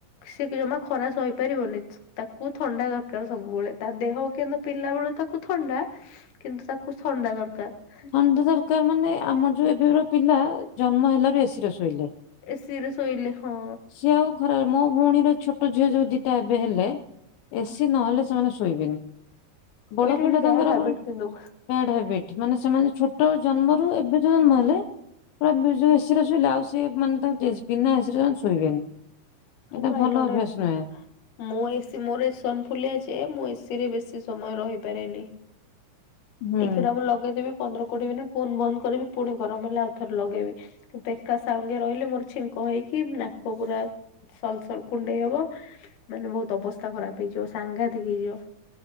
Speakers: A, on the left; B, on the left.
A: ସେ ଜମା ଖରା ସହିପାରି ବନି। ତାକୁ ଥଣ୍ଡା ଦରକାର ସବୁବେଳେ। ତା ଦେହ କେନ୍ତୁ ପିିଲା ବେଳୁ ତାକୁ ଥଣ୍ଡା। କିନ୍ତୁ ତାକୁ ଥଣ୍ଡା ଦରକାର।
B: ଥଣ୍ଡ ଦରକାର ମାନେ? ଆମର ଯୋଉ ଏବେ ପିଲା ଜନ୍ମ ହେଲାରୁ ଏସିରେ ଶୋଇଲେ।
A: ଏ ସି ରେ ଶୋଇଲେ ହଁ।
B: ଏ ସି ଆଉ ଖରା ମୋ ଭଉଣୀର ଛୋଟ ଝିଅ ଯୋଉ ଦିଟା ଏବେ ହେଲେ। ଏ ସି ନହେଲେ ସେମାନେ ଶୋଇବେନି ବଡ
A: ଏଇଟା ଗୋଟେ
B: ପିଲା
A: ବ୍ୟାଡ
B: ତାଙ୍କର
A: ହାବିଟ
B: ବ୍ୟାଡ
A: କିନ୍ତୁ
B: ହାବିଟ୍ ମାନେ ସେମାନେ ଛୋଟ ଜନ୍ମରୁ ଏବେ ଜନ୍ମ ହେଲେ। ପୁରା ଯୋଉ ଏ ସି ରେ ଶୋଇଲେ ଆଉ ସେ ମାନେ ନା ଏ ସି ରେ ଜମା ଶୋଇବେନି।
A: ହଁ
B: ଏଇଟା
A: ବା
B: ଭଲ
A: ଗୋଟେ
B: ଅଭ୍ୟାସ ନୁହେଁ।
A: ମୁଁ ଏ ସି ମୋର ଏସନ ଫୁଲିଆ ଯେ ମୁଁ ଏ ସିରେ ବେଶି ସମୟ ରହିପାରେନି।
B: ହୁଁ।
A: ଟିକେଟା ମୁଁ ଲଗେଇଦେବି ପନ୍ଦର କୋଡିଏ ମିନିଟ୍ ପୁଣି ବନ୍ଦ କରିବି ପୁଣି ଗରମ ହେଲେ ଆଉ ଥରେ ଲଗେଇବି। ଗୋଟ୍ ଏକା ସାଙ୍ଗେ ରହିଲେ ମୋର ଛିଙ୍କ ହେଇକି ନାକ ପୁରା ସଲସଲ୍ କୁଣ୍ଡେଇ ହବ ମାନେ ବହୁତ ଅବସ୍ଥା ଖରାପ ହେଇଯିବ ସାଙ୍ଘାତିକ ହେଇଯିବ।